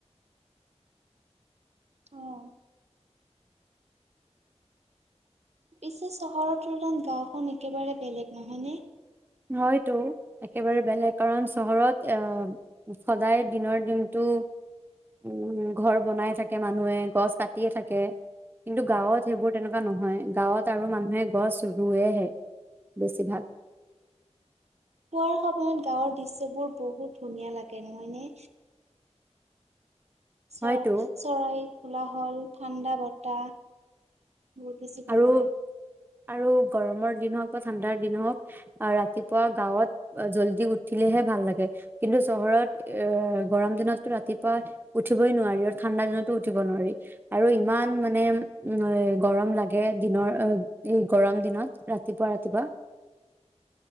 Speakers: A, on the right; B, on the right.
A: অহ। পিছে চহৰৰ তুলনাত গাঁওখন একেবাৰে বেলেগ নহয়নে।
B: হয়তো একেবাৰে বেলেগ কাৰণ চহৰত আহ সদায় দিনৰ দিনতটো উম ঘৰ বনাই থাকে মানুহে গছ কাটিয়ে থাকে কিন্তু, গাঁৱত সেইবোৰ তেনেকুৱা নহয়। গাঁৱত আৰু মানুহে গছ ৰোৱেহে বেছিভাগ,
A: খোৱাৰ সময়ত গাঁৱৰ দৃশ্যবোৰ বহুত ধুনীয়া লাগে নহয় নে। চৰা
B: হয়তো
A: চৰাই খোলা হ'ল। ঠাণ্ডা বতাহ। বহুত বেছি ভাল
B: আৰু
A: লাগে,
B: আৰু গৰমৰ দিন হওক বা ঠাণ্ডাৰ দিন হওঁক আহ ৰাতিপুৱা গাঁৱত জলদি উঠিলেহে ভাল লাগে কিন্তু চহৰত এ গৰম দিনতটো ৰাতিপুৱা উঠিবই নোৱাৰি আৰু ঠাণ্ডা দিনতো উঠিব নোৱাৰি আৰু ইমান মানে গৰম লাগে দিনৰ অ' উম। গৰম দিনত ৰাতিপুৱা ৰাতিপুৱা